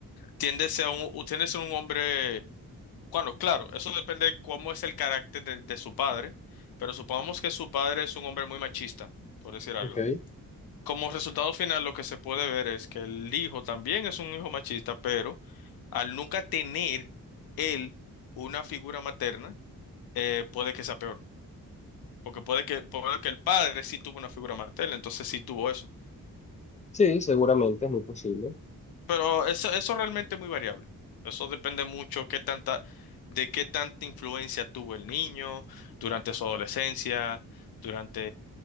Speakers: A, on the left; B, on the left.
A: tiende a ser un, tiende a ser un hombre Bueno, claro, eso depende de cómo es el carácter de, de su padre, pero supongamos que su padre es un hombre muy machista, por decir algo.
B: Ok.
A: Como resultado final, lo que se puede ver es que el hijo también es un hijo machista, pero al nunca tener él una figura materna, eh, puede que sea peor, porque puede que, puede que el padre sí tuvo una figura materna, entonces sí tuvo eso.
B: Sí, seguramente es muy posible.
A: Pero eso, eso realmente es muy variable. Eso depende mucho qué tanta, de qué tanta influencia tuvo el niño durante su adolescencia, durante,